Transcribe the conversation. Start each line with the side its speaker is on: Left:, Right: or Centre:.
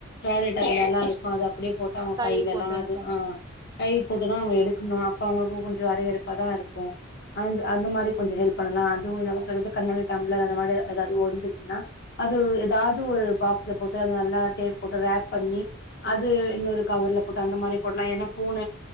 Left: டாய்லெட் அதுல எல்லா இருக்கு அது அப்டியே போட்டு அவ
Right: கை
Left: கைய்லலா
Right: போட்டு எடுப்பாங்க.
Left: அது ஆ கை போட்டுதா அவுங்க எடுக்கணு
Right: ஆமா.
Left: அவங்கக்கு கொஞ்ச அடையடுப்பா தா இருக்கு அந்த அந்த மாரி கொஞ்ச
Right: ம்.
Left: ஹெல்ப் பண்ணலா அதுவு இந்த <unintelligible> கண்ணாடி டம்ளர் அந்த மாரி ஏதாவது ஒடிஞ்சிருச்சினா அது ஒரு ஏதாவது ஒரு பாக் ஸ்ல போட்டு அத நல்லா டேப் போட்டு ராப் பண்ணி அது இன்னொரு கவர்ல போட்டு அந்த மாரி போட்லா ஏனா பூன